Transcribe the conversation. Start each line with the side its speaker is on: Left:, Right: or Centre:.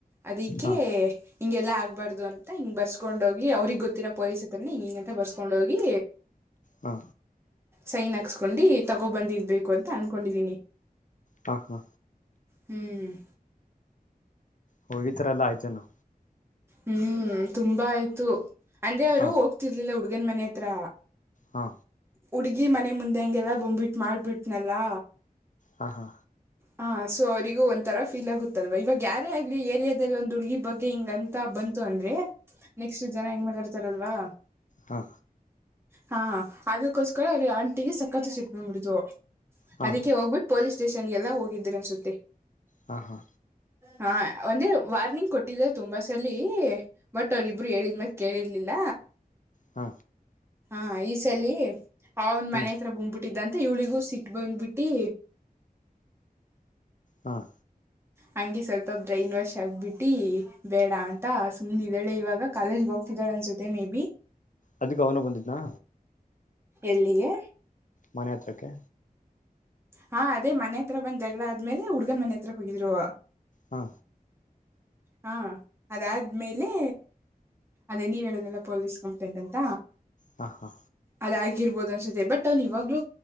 Right: ಅದಕ್ಕೆ.
Left: ಹಾ
Right: ಹಿಂಗೆಲ್ಲಾ ಆಗ್ಬಾರ್ದ ಅಂತ ಹಿಂಗ ಬರ್ಸ್ಕೊಂಡ್ ಹೋಗಿ ಅವ್ರಗ್ ಗೊತ್ತಿರ ಪೊಲಸ್ತ್ರನನೆ ಹಿಂಗಂತ ಬರ್ಸ್ಕೊಂಡ್ ಹೋಗಿ.
Left: ಹಾ
Right: ಸೈನ್ ಹಾಕ್ಸ್ಕೊಂಡು ತಗೋಬಂದಿದ್ಬೇಕು ಅಂತ ಅನ್ಕೊಂಡಿದೀನಿ.
Left: ಹಾ ಹಾ
Right: ಹ್ಮ್
Left: ಹೋಗಿದ್ರಲ್ಲ ಆಚೆನೂ.
Right: ಹ್ಮ್ ತುಂಬ ಆಯ್ತು. ಅಂದ್ರೆ ಅವರು
Left: ಹಾ
Right: ಹೋಗ್ತಿರ್ಲಿಲ್ಲ ಹುಡ್ಗನ್ ಮನೆ ಹತ್ರ.
Left: ಹಾ
Right: ಹುಡ್ಗಿ ಮನೆ ಮುಂದೆ ಹಂಗೆಲ್ಲ ಬಂಬ್ಬಿಟ್ಟ ಮಾಡ್ಬಿಟ್ನಲ್ಲಾ.
Left: ಹಾ ಹಾ
Right: ಹಾ ಸೊ ಅವ್ರಿಗೂ ಒಂಥರ ಫೀಲ್ ಆಗುತ್ತಲ್ವಾ ಇವಾಗ ಯಾರೇ ಆಗ್ಲಿ ಏರಿಯಾದಲ್ಲಿ ಒಂದ್ಹುಡ್ಗಿ ಬಗ್ಗೆ ಹಿಂಗಂತ್ ತಾ ಬಂತು ಅಂದ್ರೆ ನೆಕ್ಸ್ಟ್ ಜನ ಹೆಂಗ್ ಮಾತಾಡ್ತಾರಲ್ವಾ.
Left: ಹಾ ಹಾ
Right: ಹಾಂ ಅದಕ್ಕೋಸ್ಕರ ಅವ್ರ ಆಂಟಿಗೆ ಸಕ್ಕತ್ ಸಿಟ್ಟ್ ಬಂದ್ಬಿಡ್ತು
Left: ಹಾ ಹಾ
Right: ಅದಕ್ಕೆ ಹೋಗ್ಬಿಟ್ಟು ಪೋಲೀಸ್ ಸ್ಟೇಷನ್ಗೆಲ್ಲಾ. ಹೋಗಿದ್ರನ್ಸುತ್ತೆ.
Left: ಹಾ ಹಾ
Right: ಹಾ ಒಂದೆ ವಾರ್ನಿಂಗ್ ಕೊಟ್ಟಿದ್ರ ತುಂಬಾ ಸಲೀ. ಬಟ್ ಅವ್ರ್ ಇಬ್ರು ಹೇಳಿದ್ಮಾತ್ ಕೇಳಿರ್ಲಿಲ್ಲ.
Left: ಹಾ
Right: ಹಾ ಈ ಸಲಿ ಅವನ್
Left: ಹ್ಮ್
Right: ಮನೆ ಹತ್ರ ಬಂಬ್ಬಿಟ್ಟಿದ್ದಂತ ಇವ್ಳಿಗೂ ಸಿಟ್ ಬಂದ್ಬಿಟ್ಟಿ.
Left: ಹಾಂ
Right: ಹಂಗೆ ಸ್ವಲ್ಪ ಬ್ರೈನ್ ವಾಷ್ ಆಗ್ಬಿಟ್ಟಿ ಬೇಡ ಅಂತ ಸುಮ್ನಿದಾಳೆ ಇವಾಗ ಕಾಲೇಜ್ ಗೆೊ ಗ್ತಿದಾಳೆ ಅನ್ಸುತ್ತೆ ಮೇ ಬಿ
Left: ಅದಕ್ಕ ಅವ್ನು ಬಂದಿದ್ನಾ.
Right: ಎಲ್ಲಿಗೆ.
Left: ಮನೆ ಹತ್ರಕ್ಕೆ.
Right: ಹಾ ಅದೇ ಮನೆ ಹತ್ರ ಬಂದ್ ಜಗಳ ಆದ್ಮೇಲೆ ಹುಡ್ಗನ್ ಮನೆ ಹತ್ರ ಹೋಗಿದ್ರು.
Left: ಹಾ
Right: ಹಾಂ ಅದಾದ್ಮೇಲೆ. ಅದೇ ನೀವ್ ಹೇಳೋದ್ರಲ್ಲ ಪೊಲೀಸ್ ಕಂಪ್ಲೇಂಟ್ ಅಂತ.
Left: ಹಾ ಹಾ
Right: ಅದಾಗಿರ್ಬೋದು ಅನ್ಸುತ್ತೆ ಬಟ್ ಅವ್ನ್ ಇವಾಗ್ಲು